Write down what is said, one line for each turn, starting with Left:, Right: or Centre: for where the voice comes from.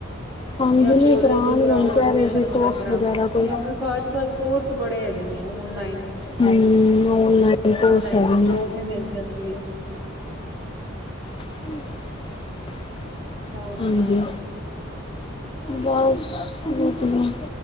Left: ਹਾਂਜੀ
Right: ਯਾ
Left: ਨਹੀਂ
Right: ਕੋਲੇਜ
Left: ਕਰਾਉਣਗੇ
Right: ਕਰਾਓ
Left: ਹੁਣ ਕਹਿ
Right: ਐਡਮਿਸ਼ਨ
Left: ਰਹੇ ਸੀ
Right: ਵਗੈਰਾ
Left: ਕੋਰਸ ਕੋਈ।
Right: ਯਾ ਹੂਨ ਵੇਕੋ ਆਜ-ਕਲ ਕੋਰਸ ਬੜੇ ਹੈਗੇ ਨੇ ਓਨਲਾਈਨ,
Left: ਹੂੰ ਔਨਲਾਈਨ
Right: ਓਨਲਾਈਨ
Left: ਕੋਰਸ ਹੈਗੇ
Right: ਤਾ
Left: ਨੇ
Right: ਜੋਬ ਵੀ ਮਿਲ ਜਾਨ ਦੀ ਏ।
Left: <inaudible>
Right: ਹੋਰ ਸੁਣਾਓ
Left: ਹਾਂਜੀ, ਬਾੱਸ ਵਦੀਆ।